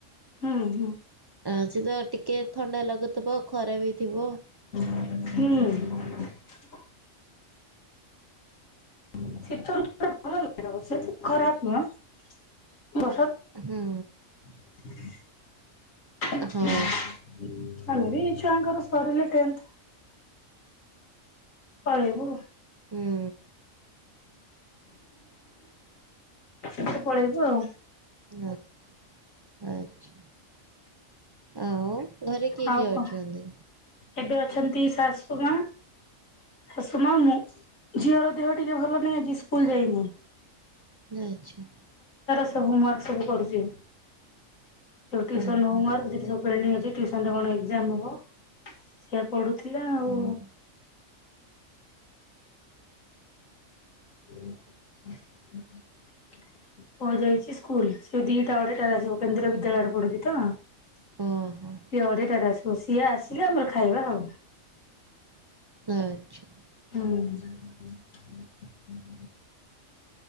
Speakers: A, on the left; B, on the right.
A: ହୁଁ ହୁଁ
B: ଆଜି ତ ଟିକେ ଥଣ୍ଡା ଲାଗୁଥିବ ଖରା ଵି ଥିବ।
A: ହୁଁ। <inaudible> ଶୀତ <unintelligible> ଭଲ ଲାଗବ ସେ ତ ଖରାପ ନୁହଁ।
B: ହୁଁ
A: <unintelligible> ହେଲା
B: ହଁ
A: ବିଇ ଛୁଆଙ୍କର ସରିଲେ ଟେନ୍ଥ। ପଳେଇବୁ?
B: ହୁଁ
A: <inaudible> ଏତପଳେଇବୁ ଆଉ।
B: <unintelligible> ଆଛା ଆଉ। ଘରେ କିଏ
A: ଆଉ
B: କିଏ ଅଛନ୍ତି?
A: କଣ ଏବେ ଅଛନ୍ତି ଶାଶକୁ ମା ଶାଶୁ ମା ମୁଁ ଝିଅର ଦେହ ଟିକେ ଭଲ ନାହିଁ ଆଜି ସ୍କୁଲ ଯାଇନି।
B: ଯଇଛି।
A: ହମୱାର୍କ ସବୁ କରୁଛି, ଟିୟୁସନ
B: ଓହୋ
A: ହମୱାର୍ ଯିବୁ ପେଣ୍ଡିଙ୍ଗ ଅଛି ଟଟିୁସନରେ କଣ ଏକ୍ଜାମ ହେବ ସେଆ ପଢ଼ୁଥିଲା ଆଉ
B: ଓହୋ
A: ହୁଁ ପୁହ ଯାଇଛି ସ୍କୁଲ ସେ ଦିଟା ବଡେ ଟ ଆସିବ କେନ୍ଦ୍ରୀୟ ବିଦ୍ୟାଳୟରେ ପଢୁଛି ତ ସେି
B: ଓହୋ
A: ଅଢେଟାରେ ଆସିବ ସିଏ ଆସିଲେ ଆମର ଖାଇବା ଆଉ
B: ଆଚ୍ଛା
A: ହଁ